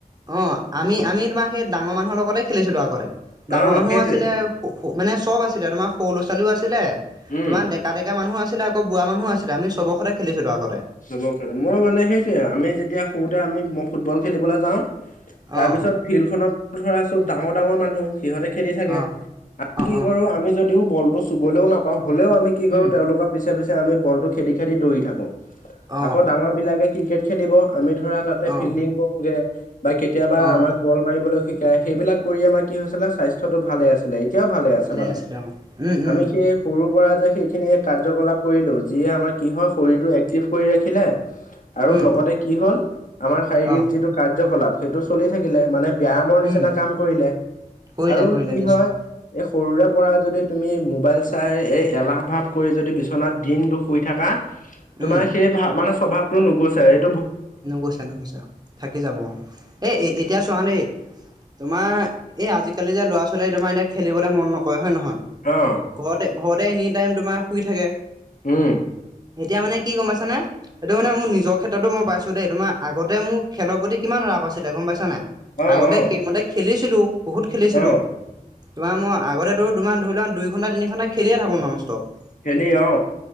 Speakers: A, on the right; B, on the left.
A: অ আমি আমি তোমাৰ সেই ডাঙৰ মানুহৰ লগতে খেলিছিলো আগতে ডাঙৰ
B: অ
A: মানুহো
B: সেইটোৱে
A: আছিলে মানে চব আছিলে, তোমাৰ সৰু ল'ৰা ছোৱালীও আছিলে,
B: উম
A: তোমাৰ ডেকা ডেকা মানুহো আছিলে আক- আকৌ বোৱা মানুহ আছিল আমি সকলোৱে সতে খেলিছিলো আগত
B: চব খেলে মই মানে সেইটোৱে আও আমি যেতিয়া সৰুতে আমি ফুটবল খেলিবলৈ যাওঁ তাৰ
A: অ'
B: পিছত ফিল্ড খত ধৰা চব ডাঙৰ ডাঙৰ ডাঙৰ মানুহ সিহঁতে খেলি থাকে
A: অ'
B: আমি
A: অ'
B: কি
A: অ'
B: কৰো আমি যদিও বল টো চুবলৈও নাপাওঁ হ'লেও আমি কি কৰো
A: উম
B: তেওঁলোকৰ পিছে পিছে আমি বল টো খেদি খেদি দৌৰি থাকো
A: অ'
B: আকৌ ডাঙৰ বিলাকে ক্ৰিকেট খেলিব আমি ধৰা তাতে
A: অ'
B: ফিল্ডিং কৰোগে বা কেতিয়াবা
A: অ'
B: আমাক বল মাৰিবলৈ শিক- কাই সেইবিলাক কৰি আমাৰ কি হৈছিলে স্বাস্থ্যটো ভালে আছিল। এতিয়াও ভালে আছে মানে
A: আছিলে অ' উম উম
B: আমি সেই সৰু পৰা যে সেইখিনি কাৰ্যকলাপ কৰিলো যিয়ে আমাৰ কি হয় শৰীৰটো এক্টিভ কৰি ৰাখিলে আৰু
A: উম
B: লগতে কি হ'ল আমাৰ শাৰীৰিক
A: অ'
B: যিটো কাৰ্যকলাপ সেইটো চলি থাকিলে মানে ব্যয়ামৰ নিচিনা
A: উম,
B: কাম কৰিলে
A: কৰিলে
B: আৰু
A: কৰিলে
B: কি
A: নিশ্চয়
B: হয় এই সৰুৰে পৰাই যদি তুমি মোবাইল চাই এই এলাহ ভাৱ কৰি যদি বিচনাত দিনটো শুই থাকা তোমাৰ
A: উম,
B: সেই ভাৱ মানে স্বভাৱটো নোগোছে এই
A: নোগোছে নোগোছে থাকি যাব অ এ এতিয়া চোৱা দেই তোমাৰ এই আজিকালি যে ল'ৰা ছোৱালীয়ে তোমাৰ এতিয়া খেলিবলে মন নকৰে হয় নে নহয় হয়
B: অ
A: ঘৰতে ঘৰতে এনি টাইম তোমাৰ শুই থাকে।
B: উম
A: এতিয়া মানে কি গম পাইছা নে এইটো মানে মোৰ নিজৰ ক্ষেত্ৰতো মই পাইছো দেই তোমাৰ আগতে মোৰ খেলৰ প্ৰতি কিমান ৰাপ আছিলে গম পাইছা নাই
B: অ
A: আগতে
B: অ
A: সেইমতে খেলিছিলোঁ। বহুত খেলিছিলোঁ
B: অ
A: তোমাৰ মই আগতে তে তোমাৰ ধৰি লোৱাক দুই ঘণ্টা তিনি ঘণ্টা খেলিয়ে থাকোঁ নন ষ্টপ অ
B: খেলি অ